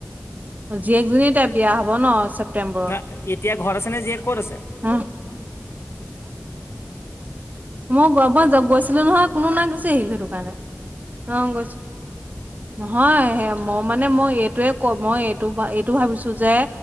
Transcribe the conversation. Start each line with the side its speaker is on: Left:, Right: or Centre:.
Right: জীয়েকজনী এতিয়া বিয়া হব ন' ছেপ্তেম্বৰত
Left: না এতিয়া ঘৰত আছে নে জীয়েক? ক'ত আছে?
Right: হা? মই গ- মই য- গৈছিলোঁ নহয়। কোনো নাই, গুচি আহিলোঁ সেইটো কাৰণে। অ' গৈছো। নহয়, সে- মই মানে মই এইটোৱে ক- মই এইটো- এইটো ভাবিছোঁ যে